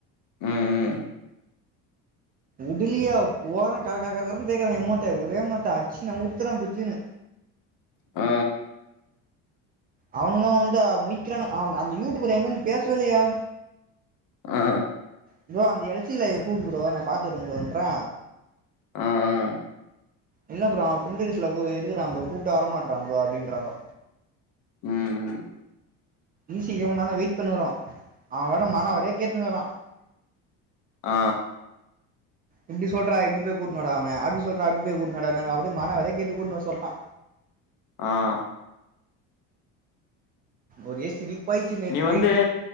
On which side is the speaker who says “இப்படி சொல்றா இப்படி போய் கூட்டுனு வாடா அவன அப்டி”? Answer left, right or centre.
Right